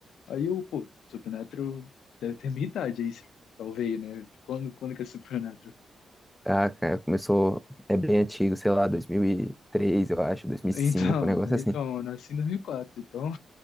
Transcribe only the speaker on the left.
Aí eu, pô, Supernatural deve ter minha idade aí, talvez, né? Quando, quando que é Supernatural?
Então,
então, eu nasci em 2004, então